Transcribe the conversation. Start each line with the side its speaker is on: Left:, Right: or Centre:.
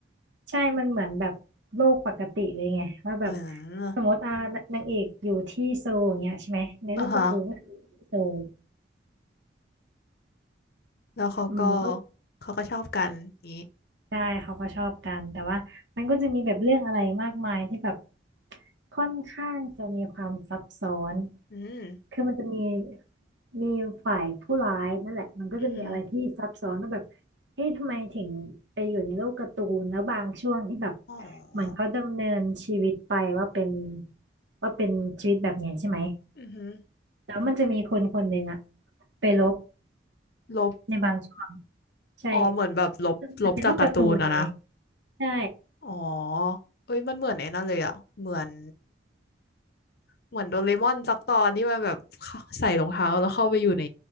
Right: ใช่มันเหมือนแบบโลกปกติเลยไงว่าแบบ
Left: อืา
Right: สมมติอ่านางเอกอยู่ที่โซลอย่างเงี้ยใช่ไหมในโลกการ์ตูนก็คือโซล
Left: อ่าฮะแล้วเขาก็
Right: อืมก็
Left: เขาก็ชอบกันนี้
Right: ใช่เขาก็ชอบกันแต่ว่ามันก็จะมีแบบเรื่องอะไรมากมายที่แบบค่อนข้างจะมีความซับซ้อน
Left: อืม
Right: คือมันจะมีมีฝ่ายผู้ร้ายนั่นแหละมันก็จะมีอะไรที่ซับซ้อนว่าแบบ
Left: อือหือ
Right: เอ๊ะทำไมถึงไปอยู่ในโลกการ์ตูนแล้วบางช่วงที่แบบ
Left: อ๋อ
Right: เหมือนเขาดำเนินชีวิตไปว่าเป็นว่าเป็นชีวิตแบบเนี้ยใช่ไหม
Left: อือหือ
Right: แล้วมันจะมีคนคนหนึ่งอะไปลบ
Left: ลบ
Right: ในบางช่วงใช่
Left: อ๋อเหมือนแบบลบลบจากการ์ตูนอะนะ
Right: มันเป็นโลกการ์ตูนไงใช่
Left: อ๋อเอ้ยมันเหมือนไอ้นั่นเลยอะเหมือนเหมือนโดเรมอนสักตอนที่มันแบบเข้าใส่รองเท้าแล้วเข้าไปอยู่ใน